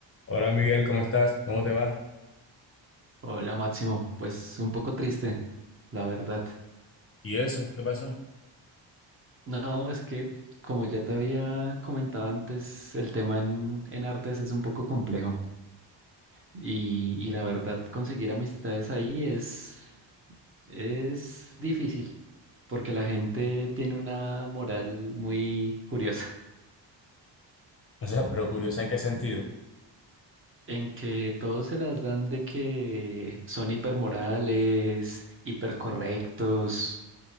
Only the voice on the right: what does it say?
Hola Máximo, pues un poco triste, la verdad.
No, es que como ya te había comentado antes, el tema en, en artes es un poco complejo y, y la verdad conseguir amistades ahí es, es difícil porque la gente tiene una moral muy curiosa
en que todos se las dan de que son hipermorales, hipercorrectos.